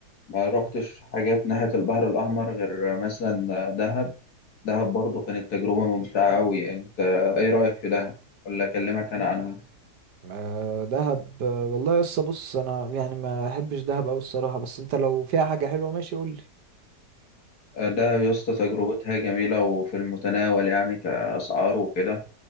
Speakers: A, on the left (about 70°); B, on the right (about 90°).
A: ما روحتش حاجات ناحية البحر الأحمر غير مثلا دهب دهب برضو كانت تجربة ممتعة أوي يعني أنت إيه رأيك في دهب؟ ولا أكلمك أنا عنها
B: آه دهب آه، والله يا اسطى بص انا يعني ما احبش دهب قوي الصراحة بس انت لو فيها حاجة حلوة ماشي قول لي.
A: دهب يا اسطى تجربتها جميلة وفي المتناول يعني كأسعار وكده